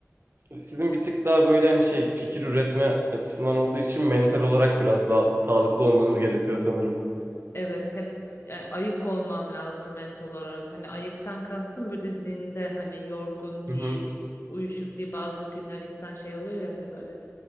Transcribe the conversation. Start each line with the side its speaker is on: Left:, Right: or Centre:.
Right: Sizin bir tık daha böyle hani şey fikir üretme açısından olduğu için mental olarak biraz daha sağlıklı olmanız gerekiyor sanırım.
Left: Evet hep yani ayık olmam lazım mental olarak. Hani ayıktan kastım böyle zinde hani yorgun
Right: Hı
Left: değil,
Right: hı.
Left: uyuşuk değil. Bazı günler insan şey oluyor ya hani böyle